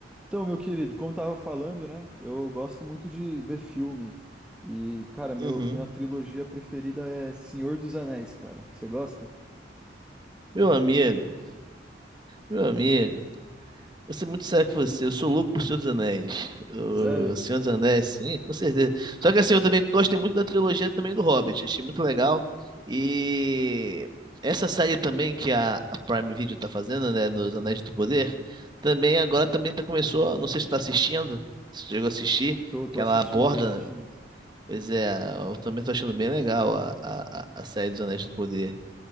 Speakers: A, in the centre; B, on the right.
A: Então, meu querido, como tava falando, né? Eu gosto muito de ver filme. E, cara, meu,
B: Uhum.
A: minha trilogia preferida é Senhor dos Anéis, cara. Você gosta?
B: Meu amigo, meu amigo, vou ser muito sério com você. Eu sou louco por Senhor dos Anéis. O
A: Sério?
B: Senhor dos Anéis, sim, com certeza. Só que assim, eu também gosto muito da trilogia também do Hobbit. Achei muito legal. E essa série também que a, a Prime Video tá fazendo, né, dos Anéis do Poder, também agora também tá, começou, não sei se tu tá assistindo, se tu chegou a assistir,
A: Tô, tô
B: que
A: assistindo,
B: ela aborda,
A: tô assistindo.
B: pois é, eu também tô achando bem legal a, a, a a série dos Anéis do Poder.